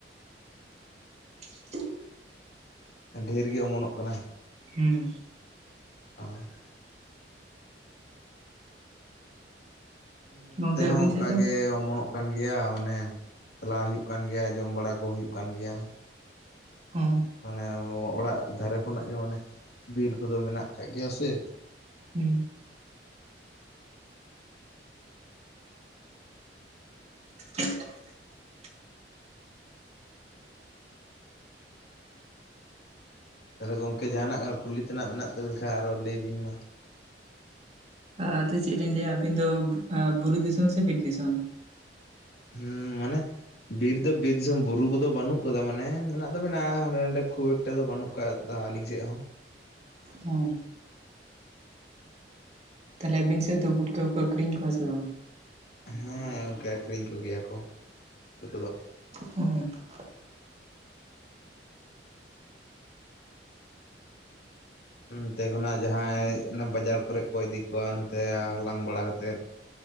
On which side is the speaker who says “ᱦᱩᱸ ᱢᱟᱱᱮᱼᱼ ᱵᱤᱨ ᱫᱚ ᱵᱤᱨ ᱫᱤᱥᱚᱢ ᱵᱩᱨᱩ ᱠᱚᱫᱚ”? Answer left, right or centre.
Left